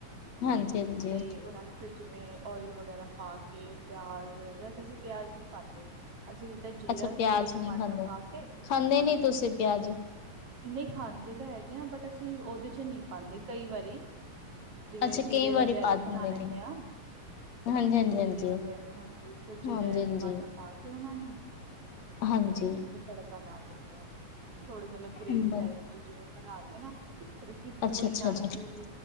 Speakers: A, on the left (about 60°); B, on the right (about 50°).
A: ਹਾਂਜੀ ਹਾਂਜੀ
B: ਤੇ ਉਨਾਂ ਨੂੰ ਫਿਰ ਜਿਵੇਂ ਓਇਲ ਵਗੈਰਾ ਪਾ ਕੇ ਪਿਆਜ ਵੈਸੇ ਅਸੀਂ ਪਿਆਜ ਨੀ ਪਾਂਦੇ। ਅੱਸੀਂ ਜਿਦਾਂ ਜੀਰਾ,
A: ਅੱਛਾ ਪਿਆਜ
B: ਤੇਲ, ਟਮਾਟਰ
A: ਨਹੀਂ ਖਾਂਦੇ
B: ਪਾ ਕੇ
A: ਖਾਂਦੇ ਨੀ ਤੁਸੀਂ ਪਿਆਜ
B: ਨਈ ਖਾਂਦੇ ਤਾਂ ਹੈਗੇ ਆ ਬਟ ਅਸੀਂ ਓਦੇ ਚ ਨੀ ਪਾਂਦੇ ਕਈ ਵਾਰੀ। ਜਿਵੇਂ
A: ਅੱਛਾ
B: ਜੀਰੇ
A: ਕਈ
B: ਵਾਲੇ
A: ਵਾਰੀ
B: ਆਲੂ
A: ਪਾ ਦਿੰਦੇ
B: ਬਣਾ ਲੈਂਨੇ
A: ਨੇ
B: ਆ।
A: ਹਾਂਜੀ ਹਾਂਜੀ ਹਾਂਜੀ
B: ਜੀਰੇ ਵਾਲੇ ਆਲੂ ਹਾਂਜੀ ਫਿਰ ਜੀਰਾ
A: ਹਾਂਜੀ
B: ਜਾਂ ਟਮਾਟਰ ਪਾ ਕੇ ਓਨਾ ਨੂੰ
A: ਹਾਂਜੀ
B: ਓ ਫਿਰ ਤੜਕਾ ਲਾ ਦਿੰਨੇ ਆ ਥੋੜੀ ਮਤਲਬ ਗਰੇ
A: ਹਾਂਜੀ
B: ਬੀ ਟਾਈਪ ਜੀ ਬਣਾ ਕੇ ਨਾ ਫੇਰ ਅਸੀਂ
A: ਅੱਛਾ
B: ਪੂਰੀ
A: ਅੱਛਾ
B: ਨਾਲ
A: ਅੱਛਾ
B: ਪੂਰੀ